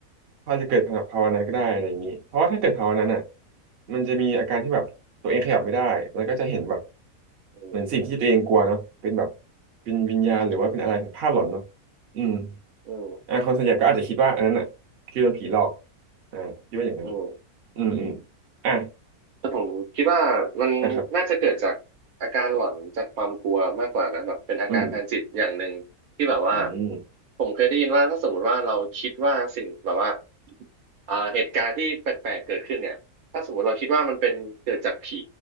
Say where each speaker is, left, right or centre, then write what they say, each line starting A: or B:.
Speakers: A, on the right; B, on the right.
A: พอาจจะเกิดภาวะนั้นก็ได้อะไรอย่างนี้เพราะว่าถ้าเกิดภาวะนั้นอ่ะมันจะมีอาการที่แบบตัวเองขยับไม่ได้แล้วก็จะเห็นแบบ
B: อืม
A: เหมือนสิ่งที่ตัวเองกลัวเนาะเป็นแบบเป็นวิญญาณหรือว่าเป็นอะไรภาพหลอนเนาะ
B: อืม
A: อืม
B: อืม
A: อ่าคนส่วนใหญ่ก็อาจจะคิดว่าอันนั้นอ่ะคือโดนผีหลอกอ่าคิดว่าอย่างนั้น
B: อืม
A: อืมอืมอ่ะ
B: แต่ผมคิดว่ามันน่าจะเกิดจากอาการหลอนจากความกลัวมากกว่านะแบบเป็นอาการทางจิตอย่างหนึ่งที่แบบว่า
A: อ่ะครับอืมอืม
B: ผมเคยได้ยินว่าถ้าสมมติว่าเราคิดว่าสิ่งแบบว่าอ่าเหตุการณ์ที่แปลกๆเกิดขึ้นเนี่ยถ้าสมมติเราคิดว่ามันเป็นเกิดจากผี